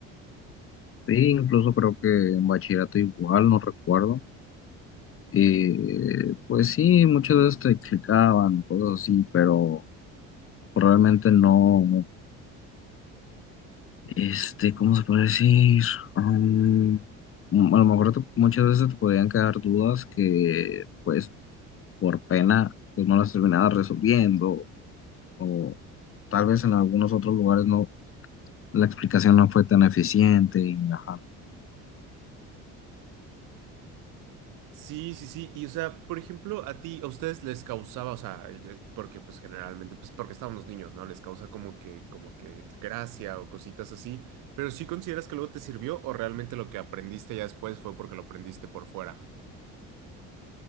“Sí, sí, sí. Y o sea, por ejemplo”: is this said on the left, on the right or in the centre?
Right